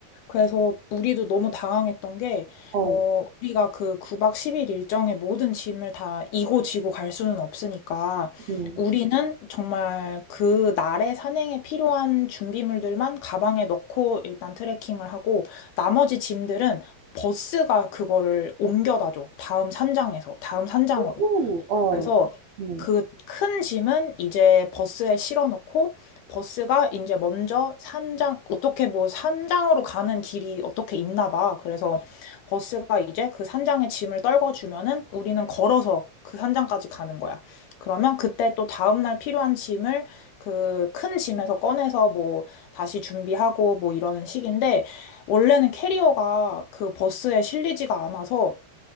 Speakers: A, on the left; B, on the right.
A: 그래서 우리도 너무 당황했던 게,
B: 어,
A: 어, 우리가 그 9박 10일 일정의 모든 짐을 다 이고 지고 갈 수는 없으니까,
B: 음.
A: 우리는 정말 그 날의 산행에 필요한 준비물들만 가방에 넣고 일단 트레킹을 하고, 나머지 짐들은 버스가 그거를 옮겨다 줘. 다음 산장에서, 다음 산장으로.
B: 오,
A: 음.
B: 어,
A: 그래서
B: 음.
A: 그 큰 짐은 이제 버스에 실어놓고 버스가 이제 먼저 산장 어떻게 뭐 산장으로 가는 길이 어떻게 있나 봐. 그래서 버스가 이제 그 산장에 짐을 떨궈주면은 우리는 걸어서 그 산장까지 가는 거야. 그러면 그때 또 다음날 필요한 짐을 그 큰 짐에서 꺼내서 뭐 다시 준비하고 뭐 이러는 식인데 원래는 캐리어가 그 버스에 실리지가 않아서